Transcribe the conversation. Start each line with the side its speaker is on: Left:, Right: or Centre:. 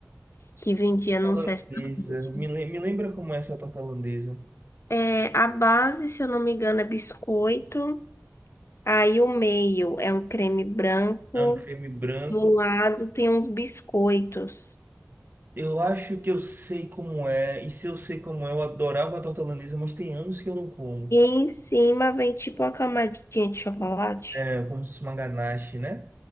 Left: que vendia num
Right: Torta
Left: restaurante.
Right: Holandesa. Me, lem- me lembra como é essa torta holandesa?
Left: É, a base, se eu não me engano, é biscoito. Aí o meio é um creme branco.
Right: É um creme branco.
Left: Do lado tem uns biscoitos.
Right: Eu acho que eu sei como é. E se eu sei como é, eu adorava a torta holandesa, mas tem anos que eu não como.
Left: E em cima vem tipo uma camadinha de chocolate.
Right: É como se fosse uma ganache, né?